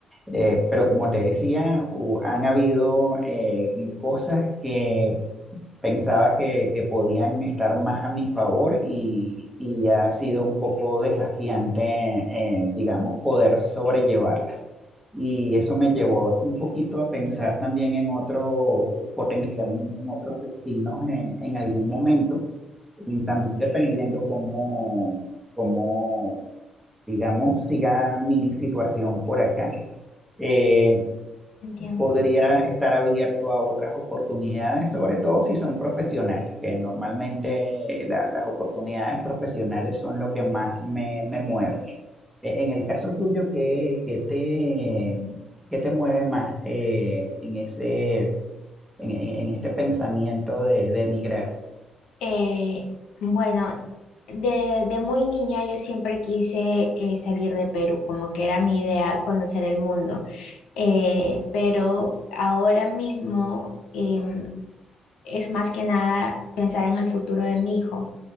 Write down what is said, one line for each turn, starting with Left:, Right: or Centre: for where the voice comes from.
Centre: Eh, pero como te decía, hu- han habido eh, cosas que pensaba que, que podían estar más a mi favor y, y ha sido un poco desafiante, eh, digamos, poder sobrellevarla. Y eso me llevó un poquito a pensar también en otro, potencialmente en otros destinos en, en algún momento, y también dependiendo cómo, cómo, digamos, siga mi situación por acá. Eh,
Left: Entiendo.
Centre: podría estar abierto a otras oportunidades, sobre todo si son profesionales, que normalmente la- las oportunidades profesionales son lo que más me, me mueve. E- En el caso tuyo, ¿qué, qué te, qué te mueve más eh, en ese, en, en- en este pensamiento de, de emigrar?
Left: Eh, bueno, de, de muy niña yo siempre quise eh, salir de Perú, como que era mi idea conocer el mundo. Eh, pero ahora mismo em, es más que nada pensar en el futuro de mi hijo